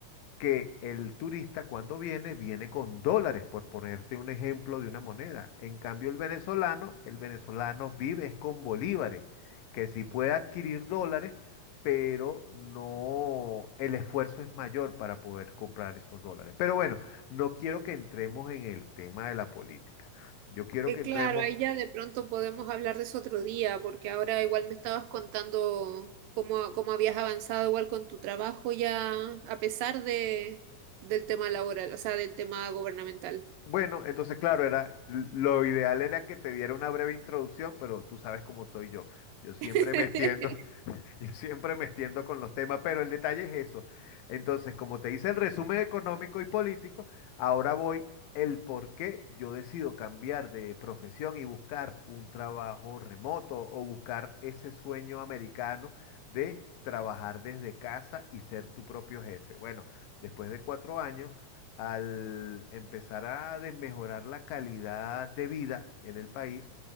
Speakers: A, on the left; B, on the right.
A: que el turista cuando viene, viene con dólares, por ponerte un ejemplo de una moneda. En cambio, el venezolano, el venezolano vive es con bolívares, que sí puede adquirir dólares, pero no, el esfuerzo es mayor para poder comprar esos dólares. Pero bueno, no quiero que entremos en el tema de la política. Yo quiero
B: Que
A: que
B: claro,
A: entremos...
B: ahí ya de pronto podemos hablar de eso otro día, porque ahora igual me estabas contando cómo, cómo habías avanzado igual con tu trabajo ya, a pesar de, del tema laboral, o sea, del tema gubernamental.
A: Bueno, entonces claro, era lo ideal era que te diera una breve introducción, pero tú sabes cómo soy yo. Yo siempre
B: <laughs>
A: me extiendo, <laughs> Yo siempre me extiendo con los temas, pero el detalle es eso. Entonces, como te hice el resumen económico y político, ahora voy el por qué yo decido cambiar de profesión y buscar un trabajo remoto o buscar ese sueño americano de trabajar desde casa y ser tu propio jefe. Bueno, después de cuatro años, al empezar a desmejorar la calidad de vida en el país,